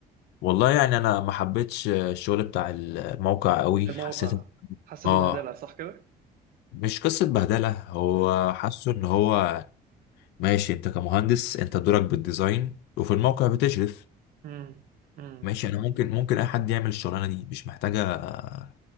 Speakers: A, on the left (about 85°); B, on the right (about 60°).
A: والله يعني انا ما حبيتش الشغل بتاع الموقع قوي
B: المواقع
A: حسيت إن-
B: حاسس انه
A: اه
B: بهدله صح كده
A: مش قصة بهدلة هو
B: امم
A: حاسه ان هو ماشي انت كمهندس انت دورك بالديزاين وفي الموقع بتشرف
B: امم امم
A: ماشي انا ممكن ممكن اي حد يعمل الشغلانة دي مش محتاجة آه،